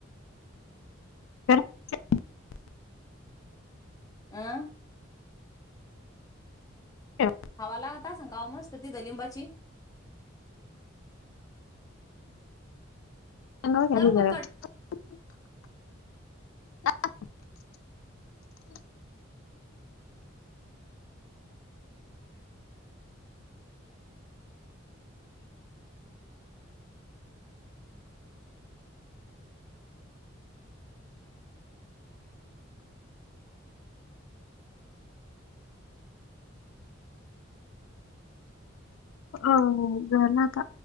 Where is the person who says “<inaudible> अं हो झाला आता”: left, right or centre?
Left